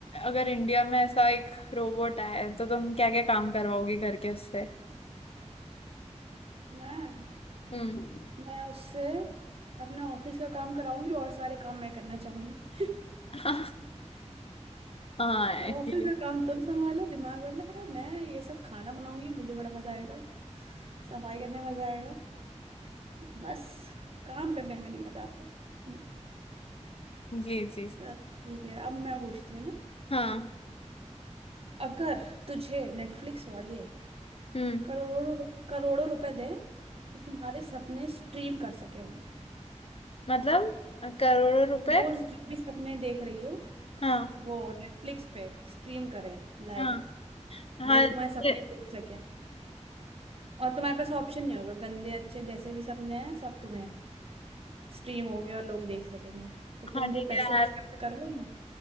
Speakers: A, on the left; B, on the right.
A: अगर इंडिया में ऐसा एक रोबोट आए तो तुम क्या क्या काम करवाओगी घर के उससे
B: मैं
A: हम्म
B: मैं उससे अपने ऑफिस का काम कराऊंगी और सारे काम मैं करना चाहूंगी <laughs>
A: <laughs> हाँ
B: ये ऑफिस
A: ये
B: का काम तुम संभालो दिमाग वाला मैं ये सब खाना बनाऊंगी मुझे बड़ा मजा आएगा सफाई करने में मजा आएगा बस काम करने में नहीं मजा आता हम्म,
A: ये चीज
B: चल ठीक है अब मैं पूछती हूँ ना
A: हाँ
B: अगर तुझे नेटफ्लिक्स वाले
A: हम्म
B: करोड़ों करोड़ों रुपए दें कि तुम्हारे सपने स्ट्रीम कर सके वो
A: मतलब करोड़ों रुपए
B: तुम रोज जो भी सपने देख रही हो
A: हाँ
B: वो नेटफ्लिक्स पे स्ट्रीम करें लाइव
A: हाँ हाँ
B: लोग तुम्हारे सपने
A: ये-
B: देख सकें और तुम्हारे पास ऑप्शन नहीं होगा गंदे अच्छे जैसे भी सपने हैं सब तुम्हें स्ट्रीम होंगे और लोग देख सकेंगे तो
A: हाँ
B: तुम
A: ठीक
B: वो पैसे
A: है यार
B: एक्सेप्ट कर लोगी